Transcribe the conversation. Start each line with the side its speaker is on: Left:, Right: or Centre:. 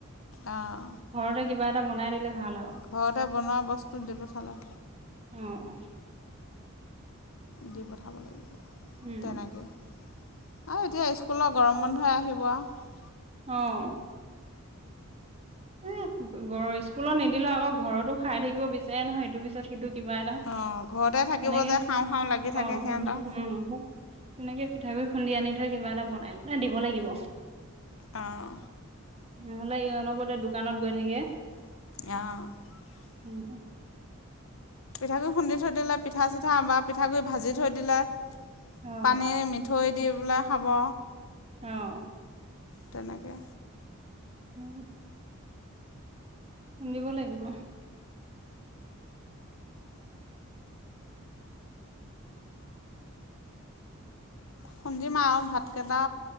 Left: আহ
Right: ঘৰতে কিবা এটা বনাই দিলে ভাল আৰু
Left: ঘৰতে বনোৱা বস্তু দি পঠালে।
Right: অঁ
Left: দি পঠাব লাগিব।
Right: উম
Left: তেনেকৈ আৰু এতিয়া স্কুলৰ গৰম বন্ধই আহিব আৰু
Right: অঁহ এ স্কুলত নিদিলে আকৌ ঘৰতো খাই থাকিব বিচাৰে নহয় ইটো পিছত সিটো কিবা এটা তেনেকে
Left: অঁ ঘৰতে থাকিব যে খাওঁ খাওঁ লাগি থাকে
Right: অ
Left: সিহঁতৰ
Right: তেনেকে পিঠাগুড়ি খুন্দি আনি থৈ কিবা এটা বনাই বনাই দিব লাগিব
Left: অঁ
Right: নহ'লে অনবৰতে দো দোকানত গৈ থাকে।
Left: আহ
Right: উওম
Left: পিঠাগুৰি খুন্দি থৈ দিলে পিঠা চিঠা আমাৰ পিঠাগুৰি ভাজি থৈ দিলে।
Right: অ',
Left: পানীৰে মিঠৈ দি পেলাই খাব
Right: আহ
Left: তেনেকে
Right: উম খুন্দিব লাগিব।
Left: খুন্দিম আও ভাতকেইটা